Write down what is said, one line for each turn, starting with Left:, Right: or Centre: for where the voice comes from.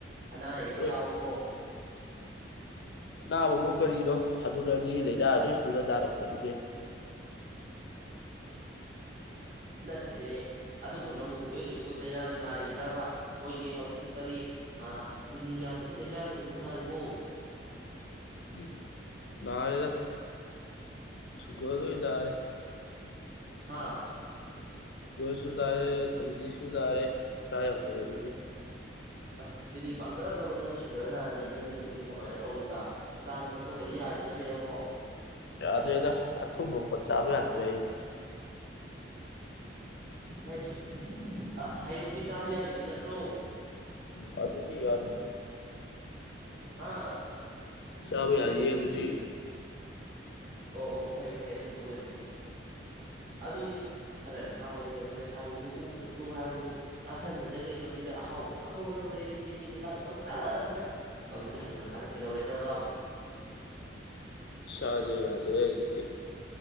Right: ꯑꯅꯥ ꯑꯌꯦꯛꯀ
Left: ꯍꯣꯏ
Right: ꯌꯥꯎꯕ꯭ꯔꯣ
Left: ꯑꯅꯥꯕꯕꯨ ꯀꯔꯤꯅꯣ ꯍꯅꯨꯔꯛꯑꯗꯤ ꯂꯥꯏꯅꯥ ꯂꯣꯏ ꯁꯨꯅ ꯅꯥꯔꯛꯄꯅꯤꯅꯦ
Right: ꯅꯠꯇꯦꯅꯦ ꯑꯗꯨꯕꯨ ꯅꯪꯕꯨ ꯍꯧꯖꯤꯛ ꯍꯧꯖꯤꯛꯄꯨ ꯂꯥꯏꯅꯥꯒ ꯅꯥꯔꯤꯕ꯭ꯔꯥꯕ ꯃꯣꯏꯒꯤ ꯍꯧꯖꯤꯛꯀꯤ ꯀꯔꯤ ꯑꯥ ꯆꯤꯅꯤ ꯌꯥꯝꯕꯒꯤ ꯂꯥꯏꯅꯥꯀꯗꯨꯕꯨ ꯅꯥꯔꯤꯕꯣ
Left: ꯎꯝ ꯅꯔꯦꯗ ꯁꯨꯒꯔꯒꯩ ꯅꯥꯔꯦ
Right: ꯍꯥꯥ
Left: ꯁꯨꯒꯔꯁꯨ ꯅꯥꯌꯦ ꯊꯕꯤꯖꯤꯁꯨ ꯅꯔꯦ ꯏꯁꯥ ꯉꯝꯗ꯭ꯔꯦ ꯑꯗꯨꯒꯤ
Right: ꯑꯁ ꯆꯤꯅꯤ ꯄꯥꯝꯖꯒ꯭ꯔꯕ ꯅꯪꯅ ꯁꯨꯒꯔ ꯅꯥꯔꯗꯤ ꯅꯪꯗꯤ ꯍꯧꯖꯤꯛꯇꯤ ꯀꯃꯥꯏꯅ ꯇꯧꯔꯤꯕ ꯆꯥꯕ ꯊꯛꯄꯒꯗꯤ ꯌꯥꯔꯤꯕ꯭ꯔꯥꯅꯦ ꯅꯪꯕꯣ
Left: ꯌꯥꯗꯦꯗ ꯑꯊꯨꯝꯕ ꯄꯣꯠ ꯆꯥꯕ ꯌꯥꯗ꯭ꯔꯦ ꯑꯩ
Right: ꯑꯥꯏꯁ ꯍꯥꯏꯔꯨꯛꯇꯤ ꯆꯥꯕ ꯌꯥꯔꯤꯕ ꯅꯠꯇ꯭ꯔꯣ
Left: ꯑꯗꯨꯗꯤ ꯌꯥꯅꯤ
Right: ꯑꯥ
Left: ꯆꯥꯕ ꯌꯥꯔꯤꯌꯦ ꯑꯗꯨꯗꯤ
Right: ꯑꯣ ꯑꯣ ꯐꯩ ꯐꯩ ꯑꯗꯨꯕꯨ ꯑꯣꯏꯔꯗꯤ ꯑꯗꯨꯅꯤ ꯈꯔ ꯅꯍꯥ ꯑꯣꯏꯔꯤꯉꯩꯗ ꯅꯁꯥꯗꯨ ꯌꯣꯛꯎ ꯈꯣꯠꯂꯨ ꯍꯥꯏꯕꯕꯨ ꯇꯥꯁꯟꯅꯗꯒꯩ ꯃꯁꯤꯗ ꯑꯍꯥꯎꯕ ꯆꯥꯍꯧꯔ ꯂꯣꯏꯔꯦꯅ ꯆꯤꯅꯤ ꯀꯩꯀꯥꯗꯣ ꯄꯪꯆꯥꯗ ꯆꯥꯏ ꯍꯧꯖꯤꯛꯇꯤ ꯍꯟꯅꯨꯔꯀꯥꯟꯗ ꯀꯩꯗꯧꯔꯦꯗꯣ ꯑꯗꯣ
Left: ꯏꯁꯥꯥꯖꯦ ꯌꯥꯗ꯭ꯔꯦ ꯍꯧꯖꯤꯛꯇꯤ